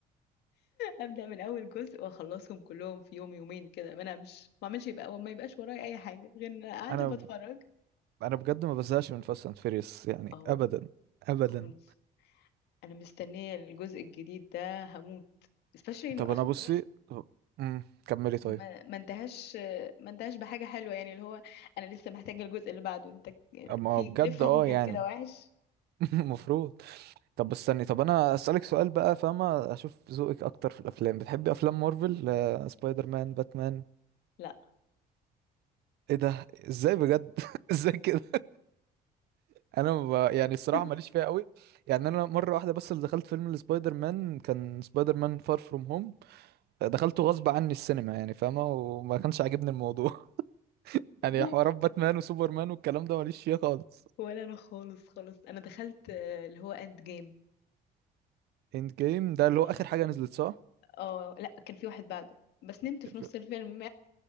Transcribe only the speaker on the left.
أبدأ من أول جزء وأخلصهم كلهم في يوم يومين كده ما أنامش ما أعملش يبقى ما يبقاش ورايا أي حاجة غير إن
أنا قاعدة
بتفرج
أهو
خالص أنا مستنية الجزء الجديد ده هموت especially إنه
آخر
جزء
ما ما انتهاش ما انتهاش بحاجة حلوة يعني اللي هو انا لسه محتاجة الجزء اللي بعده انت
في
كليف هانجر
كده وحش
لا
<laughs>
بالظبط
ولا انا خالص خالص انا دخلت آه، اللي هو اند جيم
اه
آه، لا كان في واحد بعده بس نمت
في
نص الفيلم